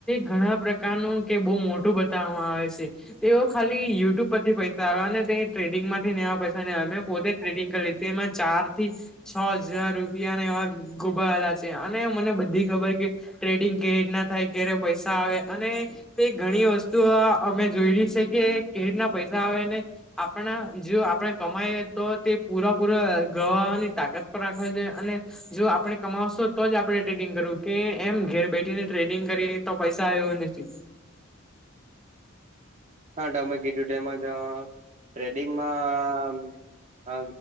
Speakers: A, in the centre; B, on the right.
A: ઘણા પ્રકારનું કે બહુ મોટું બતાવવામાં આવે છે. તેઓ ખાલી યુટ્યુબ પરથી પૈસા આવ અને તે ટ્રેડિંગમાંથી નેવા પૈસા પોતે ટ્રેડિંગ કરી લ એમાં ચાર થી છ હજાર રૂપિયા ના એવા ગોબાવેલા છે અને મને બધી ખબર કે ટ્રેડિંગ કેવી રીતના થાય કે્યારે પૈસા આવે અને તો ઘણી વસ્તુ અમે જોય ર છે કે કે રીતના પૈસા આવે ને. આપણા જો આપણે કમાઈ તો તે પૂરાપૂરા ગહ ની તાકાત પર રાખવા છે અને જો આપણેે કમાવશો તો જ આપડણે ટ્રેડિંગ કરવું કે એમ ઘેર બેઠીને ટ્રેડિંગ કરી તો પૈસા આવવું નથી.
B: હા તમે કીધું ટમ તો ટ્રેડિંગમાં હ